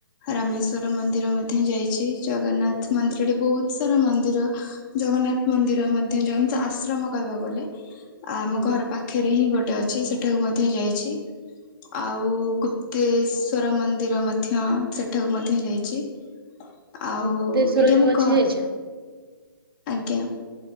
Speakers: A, on the left; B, on the right.
A: ରାମେଶ୍ଵର ମନ୍ଦିର ମଧ୍ୟ ଯାଇଛି। ଜଗନ୍ନାଥ ମନ୍ଦିର, ଏଠି ବହୁତ ସାରା ମନ୍ଦିର। ଜଗନ୍ନାଥ ମନ୍ଦିର ମଧ୍ୟ ଜଗନ୍ନାଥ ଆଶ୍ରମ କହିବାକୁ ଗଲେ। ଆମ
B: ହୁଁ
A: ଘର ପାଖରେ ହିଁ ଗୋଟେ ଅଛି ସେଠାକୁ ମଧ୍ୟ ଯାଇଛି। ଆଉ ଗୁପ୍ତେଶ୍ଵର ମନ୍ଦିର ମଧ୍ୟ ସେଠାକୁ ମଧ୍ୟ ଯାଇଛି। ଆଉ-ଉ-ଉ
B: ମୁକ୍ତେଶ୍ଵର
A: ଏଟା
B: ଯୋଉ
A: ମୁଁ
B: ଅଛି
A: ଘରୁ,
B: ଯାଇଛ?
A: ଆଜ୍ଞା